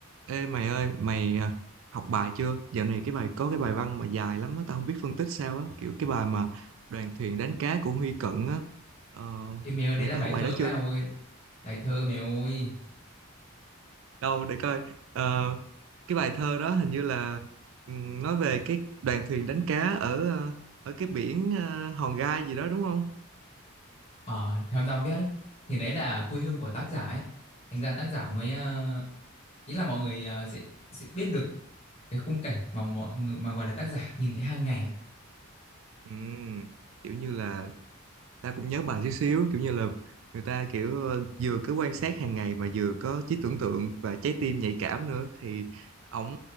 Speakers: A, on the right; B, on the left.
A: Ê mày ơi, mày à, học bài chưa? Dạo này cái bài có cái bài văn mà dài lắm á, tao không biết phân tích sao á, kiểu cái bài mà đoàn thuyền đánh cá của Huy Cận á. Ờ,
B: Ê mèo đấy
A: mày
B: là
A: có
B: bài
A: học
B: thơ
A: bài đó
B: mày
A: chưa?
B: ơi Bài thơ mèo ơi
A: Đâu để coi. Ờ, cái bài thơ đó hình như là ừm, nói về cái đoàn thuyền đánh cá ở ờ, ở cái biển ờ, Hòn Gai gì đó đúng không?
B: Ờ theo tao biết á, Thì đấy là quê hương của tác giả ấy Thành ra tác giả mới ờ, Ý là mọi người ờ, sẽ, sẽ biết được Cái khung cảnh mà mọi người Mà gọi là tác giả nhìn thấy hàng ngày á
A: Ừm, kiểu như là ta cũng nhớ bài chút xíu kiểu như là người ta kiểu ờ, vừa cứ quan sát hàng ngày mà vừa có trí tưởng tượng và trái tim nhạy cảm nữa thì ổng